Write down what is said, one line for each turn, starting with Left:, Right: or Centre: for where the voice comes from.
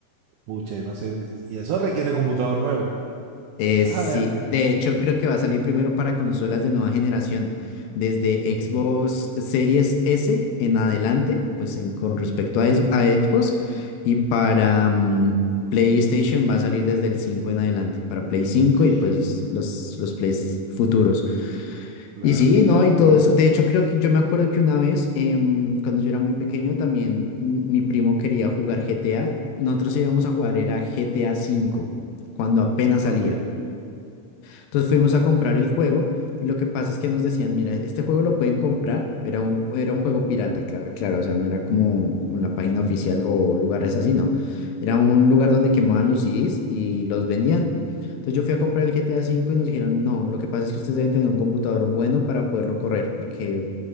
Right: Pucha, no sé. Y eso requiere computador nuevo.
Left: Eh,
Right: A
Left: sí,
Right: ver.
Left: de hecho creo que va a salir primero para consolas de nueva generación, desde
Right: Ujú.
Left: Xbox Series S en adelante, pues en- con respecto a, es- a Xbox, y para mm, PlayStation va a salir desde el 5 en adelante, para Play cinco
Right: Sí,
Left: y pues los, los Plays futuros.
Right: claro.
Left: Y sí, ¿no? Y todo
Right: Ujú.
Left: eso, de hecho creo que yo me acuerdo que una vez, em, cuando yo era muy pequeño, también mm, mi primo quería jugar GTA, nosotros íbamos a jugar, era GTA cinco cuando apenas salía.
Right: Ok.
Left: Entonces fuimos a comprar el juego y lo que pasa es que nos decían, mira, este juego lo pueden comprar, pero era un, era un juego pirata, cla- claro, o sea, no era como en la página oficial o lugares así, no. Era un lugar donde quemaban los CDs y los vendían. Entonces yo fui a comprar el GTA cinco y nos dijeron, no, lo que pasa es que ustedes deben tener un computador bueno para poderlo correr, porque